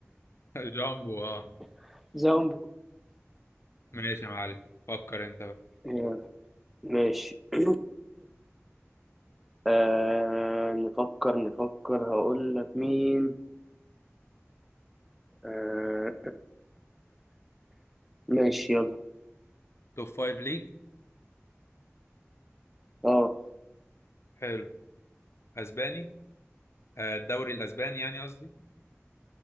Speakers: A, on the left (about 60°); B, in the centre.
A: <laughs> جامبو اه
B: <laughs> جامبو
A: ماشي يا معلم فكر انت بقى
B: أيوة. ماشي <coughs> آه نفكر نفكر هقول لك مين آه ماشي يلا
A: توب فايف ليج
B: اه
A: حلو اسباني آه، الدوري الاسباني يعني قصدي